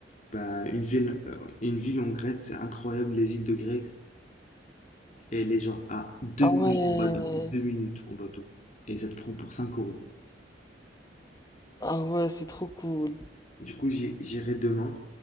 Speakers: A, on the left; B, on the left.
A: Bah, une ville, euh, une ville en Grèce, c'est incroyable, les îles de Grèce. Et elle est genre à deux
B: Ah
A: minutes
B: ouais.
A: en bateau, deux minutes en bateau. Et ça te prend pour 5 euros.
B: Ah ouais, c'est trop cool.
A: Du coup, j'y- j'irai demain.